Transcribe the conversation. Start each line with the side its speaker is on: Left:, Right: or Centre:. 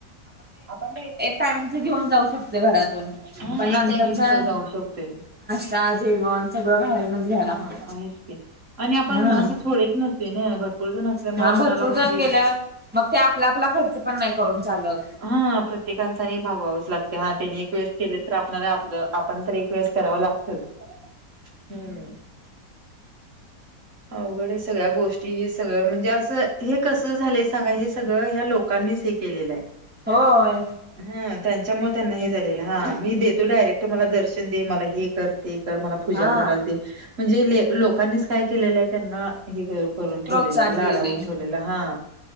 Right: आपण
Centre: टयमिंगच घेऊन जाऊ शकतो घरातून.
Right: हां,
Centre: पण
Right: एक
Centre: नंतरचा
Right: टायमिंगच जाऊ शकतोय.
Centre: काय जेवण सगळं बाहेरूनच घ्याव लागत.
Right: हां. आहेच की आणि आपण
Centre: हम्म
Right: असं थोडेच नसते ना भरपूर जण असल्यामुळे
Centre: हा
Right: आपणाला
Centre: भरपूर
Right: म्हणजे
Centre: जण गेल्यावर मग ते आपला आपला खर्च पण नाही करून चालत.
Right: हा प्रत्येकांचा नाही भागवावच लागत. ते हा त्यांनी एक वेळेस केले तर आपला आपल आपण तर एक वेळेस कराव लागतच. हम्म <inaudible> अवघड सगळ्या गोष्टी. हे सगळं म्हणजे अस हे कस झालय सांगा. हे सगळ ह्या लोकांनीच हे केलेल आहे.
Centre: होय.
Right: ह त्यांच्यामुळे त्यांना हे झालेल. हा मी देतो डायरेक्ट मला दर्शन दे. मला हे कर. ते कर. मला पूजा
Centre: हा
Right: करालते. म्हणजे लोकांनीच काय केलेल आहे त्यांना हे करून ठेवलेलं
Centre: प्रोत्साहन
Right: आहे. लाडावून
Centre: दिले
Right: ठेवलेल आहे. हा